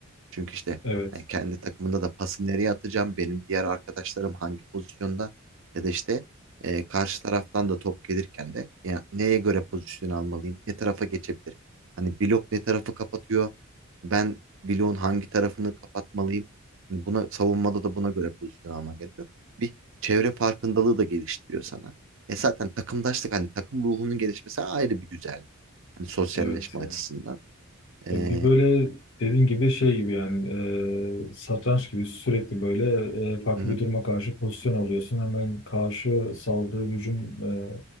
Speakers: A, on the right (about 60°); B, on the left (about 60°).
A: Çünkü işte
B: Evet.
A: yani kendi takımında da pası nereye atacağım, benim diğer arkadaşlarım hangi pozisyonda ya da işte e, karşı taraftan da top gelirken de yani neye göre pozisyon almalıyım, ne tarafa geçebilir? Hani blok ne tarafı kapatıyor, ben bloğun hangi tarafını kapatmalıyım? Hani Buna savunmada da buna göre pozisyon alman gerekiyor. Bir çevre farkındalığı da geliştiriyor sana. E zaten takımdaşlık hani takım ruhunun gelişmesi ayrı bir güzellik. Hani sosyalleşme
B: Evet
A: açısından.
B: yani.
A: E,
B: Ya bir böyle dediğin gibi şey gibi yani e, satranç gibi sürekli böyle e, farklı
A: hı hı,
B: bir duruma karşı pozisyon alıyorsun. Hemen karşı saldığı hücum e,